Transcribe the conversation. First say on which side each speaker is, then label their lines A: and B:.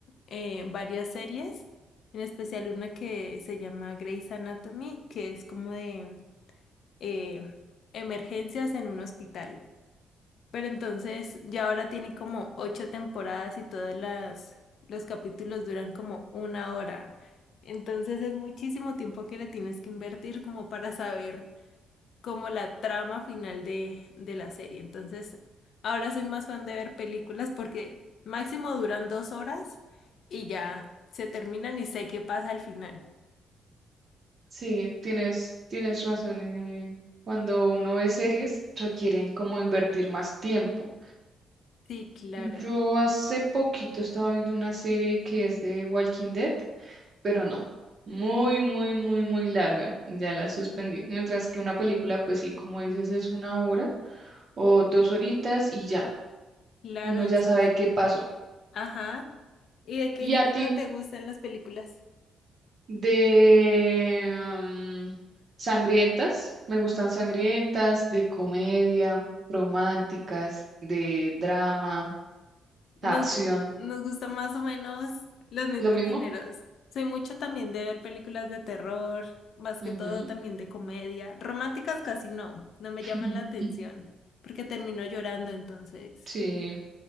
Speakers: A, on the left; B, on the right.
A: eh, varias series, en especial una que se llama Grey's Anatomy, que es como de eh, emergencias en un hospital. Pero entonces ya ahora tiene como ocho temporadas y todas las los capítulos duran como una hora. Entonces es muchísimo tiempo que le tienes que invertir como para saber como la trama final de, de la serie. Entonces ahora soy más fan de ver películas porque máximo duran dos horas y ya se terminan y sé qué pasa al final.
B: Sí, tienes, tienes razón. eh, Cuando uno ve series, requieren como invertir más tiempo.
A: Sí, claro,
B: Yo hace poquito estaba viendo una serie que es de Walking Dead, pero no, muy, muy, muy, muy larga, ya la suspendí. Mientras que una película, pues sí, como dices, es una hora o dos horitas y ya,
A: claro,
B: uno ya
A: eso
B: sabe
A: es.
B: qué pasó.
A: Ajá. ¿Y de qué
B: Y
A: género
B: a ti,
A: te gustan las películas?
B: de mm, sangrientas, me gustan sangrientas, de comedia, románticas, de drama,
A: Nos,
B: acción,
A: gu- nos gustan más o menos los mismos
B: lo mismo.
A: géneros. Soy mucho también de ver películas de terror, más
B: Ujú.
A: que todo también de comedia. Románticas casi no, no me
B: <laughs>
A: llaman la atención, porque termino llorando entonces.
B: Sí,